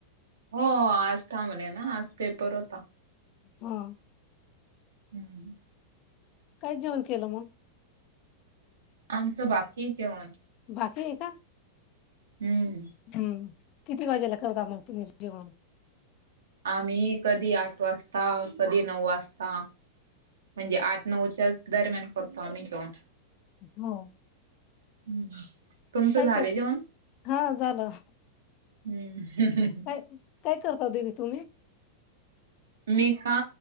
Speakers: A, on the right; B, on the left.
A: हो आज थांबले ना, आज पेपर होता.
B: हा
A: हम्म <unintelligible> <inaudible>
B: काही जेवण केलं मग
A: आमचं बाकी जेवण.
B: बाकी आहे का?
A: हम्म.
B: हम्म, किती वाजेला करता मग तुम्ही जेवण.
A: आम्ही कधी आठ वाजता, कधी नऊ वाजता. म्हणजे आठ, नऊच्याच दरम्यान करतो आम्ही घेऊन.
B: हो.
A: हम्म. तुमचं
B: काय
A: झालं
B: करते?
A: जेवण
B: हा झालं.
A: हम्म, हम्म-हम्म-हम्म
B: काय, काय करता दिदी तुम्ही?
A: मी का